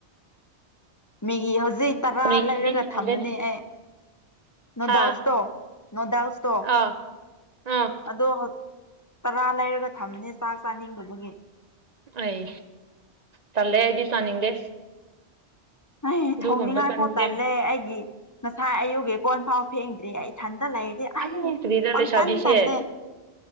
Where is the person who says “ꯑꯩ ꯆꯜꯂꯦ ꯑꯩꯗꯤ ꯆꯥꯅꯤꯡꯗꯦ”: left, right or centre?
Right